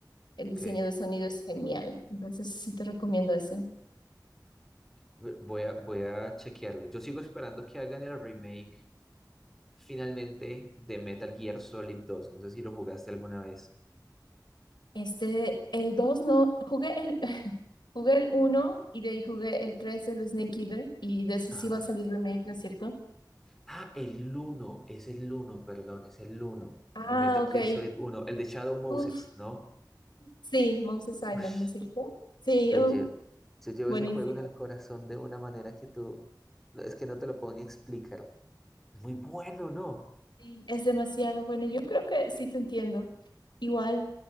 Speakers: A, on the left; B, in the centre.
A: el
B: ok.
A: diseño de sonido es genial. Entonces sí te recomiendo ese.
B: V- Voy a, voy a chequearlo. Yo sigo esperando que hagan el remake finalmente de Metal Gear Solid 2. No sé si lo jugaste alguna vez.
A: Este, el dos no, jugué el, <laughs> jugué el uno y de ahí jugué el 3, el Snake Eater, y de ese
B: Ajá.
A: sí va a salir remake, ¿no es cierto?
B: Ah, el 1, es el 1, perdón, es el 1.
A: Ah,
B: El Metal
A: ok.
B: Gear Solid uno, el de Shadow Moses,
A: Uf,
B: ¿no?
A: sí, Moses Island,
B: Ush,
A: ¿no es cierto? Sí,
B: yo
A: uf,
B: llevo, yo llevo
A: buenísimo.
B: ese juego en el corazón de una manera que tú, no, es que no te lo puedo ni explicar. Es muy bueno, ¿no?
A: Sí, Es demasiado. Bueno, yo creo que sí te entiendo. Igual,